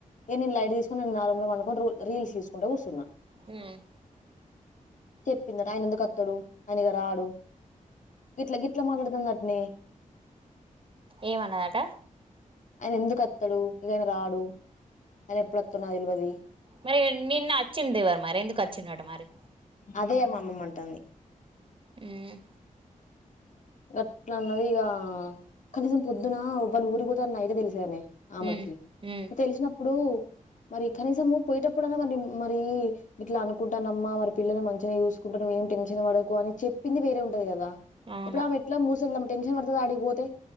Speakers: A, on the left; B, on the right.
A: ఇగా నీన్ లైట్ తీసుకొని నీన్ నార్మల్గా వండుకని రూ రీల్స్ ఇచ్చుకుంటా కూసున్నా.
B: ఉహ్
A: పిందాట్ ఆయన ఎందుకు అత్తాడు ఆయన ఇగా రాడు గిట్లా గిట్లా మగడుతుంది అట్నే.
B: ఏవన్న ఆటా.
A: ఆయన ఎందుకు ఓత్తడు ఇగా రాడు ఆయన ఎప్పుడుతున్నా తెలివది.
B: మరి ఇగా నిన్నా వచ్చింద్ ఎవరు మరి ఎందుకు వచ్చిండట మరి.
A: అదే య్ అమ్మమ్మంటది.
B: ఉహ్
A: గట్లా అన్నది ఇగా కనీసం పొద్దున్నా ఉబల్ ఊరి ఓతనార్ నైటే దేలుసానే ఆమెకి
B: ఉమ్ ఉమ్
A: తెలిసినప్పుడు మరి కనీసము పోయేటప్పుడునా మరి మరి ఇట్లా అనుకుంటానమ్మా మరి పిల్లల్ని మంచిగా చూసుకుంటా నువ్ ఏం టెన్షన్ వడకు అని చెపింది వేరే ఉంటది గదా
B: అవును
A: ఇప్పుడు ఆమె ఎట్లా మూసేలదాం టెన్షన్ పడుతది అడిగిపోతే.